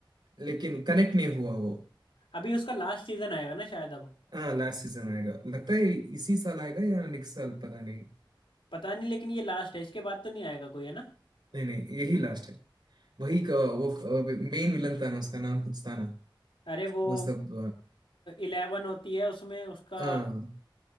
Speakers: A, on the right; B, on the left.
A: लेकिन कनेक्ट नहीं हुआ वो
B: अभी उसका लास्ट सीजन आएगा ना शायद अब
A: हाँ लास्ट सीजन आएगा लगता है इसी साल आएगा या नेक्स्ट साल पता नहीं
B: पता नहीं लेकिन ये लास्ट है इसके बाद तो नहीं आएगा कोई है ना
A: नहीं नहीं यही लास्ट है वही क- वो मेन विलन था ना उसका नाम कुछ था ना
B: अरे वो
A: वो सब
B: इलेवन होती है उसमें उसका
A: अ, हाँ